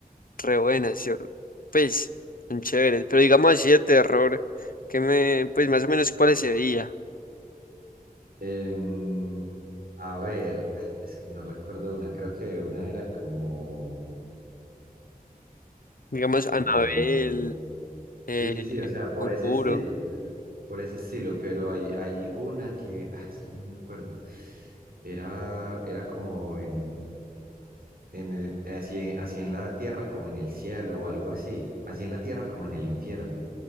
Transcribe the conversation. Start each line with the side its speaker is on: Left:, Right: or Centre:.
Left: Re buenas, yo, pues, son chéveres. Pero digamos así de terror, que me, pues más o menos cuáles se veía.
Right: Em, a ver, es que no recuerdo una, creo que una era como...
Left: Digamos
Right: Como...
Left: Anabel, eh,
Right: Sí, sí, sí, o sea, por
Left: Conjuro.
Right: ese estilo, por ese estilo, pero hay, hay una que, ah, es que no me acuerdo, era, era como en, en el- así, así en la tierra como en el cielo o algo así, así en la tierra como en el infierno.